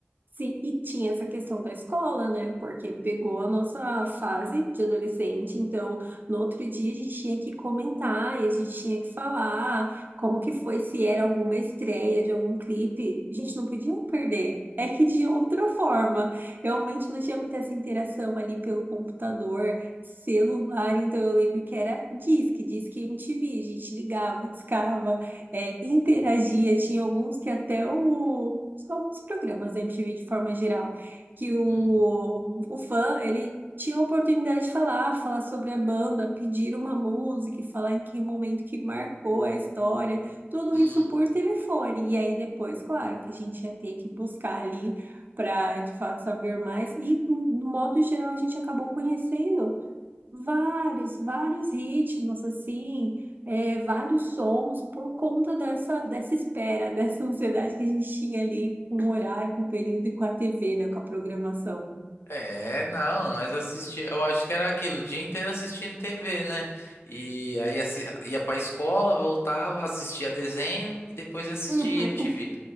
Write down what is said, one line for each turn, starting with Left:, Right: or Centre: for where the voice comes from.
Right: Sim, e tinha essa questão da escola, né? Porque pegou a nossa fase de adolescente, então no outro dia a gente tinha que comentar e a gente tinha que falar como que foi, se era alguma estreia de algum clipe. A gente não podia perder. É que de outra forma, realmente não tinha muita essa interação ali pelo computador, celular, então eu lembro que era disque, disque MTV, a gente ligava, discava é, interagia. Tinha alguns que até o, alguns programas da MTV de forma geral, que o,
Left: Hum.
Right: o fã, ele tinha a oportunidade de falar, falar sobre a banda, pedir uma música, e falar em que momento que marcou a história, tudo
Left: hum.
Right: isso por telefone. E aí depois, claro, que a gente ia ter que buscar ali para de fato saber mais. E, no modo geral, a gente acabou conhecendo. Vários, vários ritmos, assim, é, vários sons, por conta dessa, dessa espera, <laughs> dessa ansiedade que a gente tinha ali com o horário, com o período e com a TV, né, com a programação.
Left: É, não, nós assistia, eu acho que era aquilo, o dia inteiro assistindo TV, né? E aí assi- ia pra escola, voltava, assistia desenho e depois assistia
Right: Uhum.
Left: MTV.